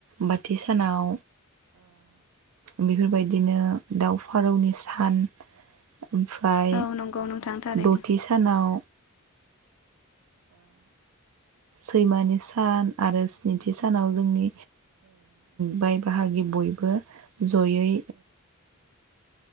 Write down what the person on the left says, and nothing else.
औ नंगौ नोंथां थारैनो